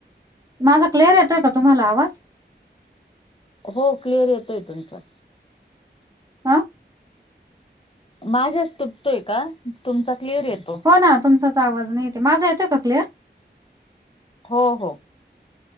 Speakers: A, on the right (about 20°); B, on the left (about 30°).
A: माझा क्लेअर येतोय का तुम्हाला आवाज.
B: हो क्लिअर येतय तुमचं.
A: आ.
B: माझ्यास तुटतोय का तुमचा क्लिअर येतो.
A: हो ना तुमचाच आवाज नाही येते माझा येतय क्लियर.
B: हो हो.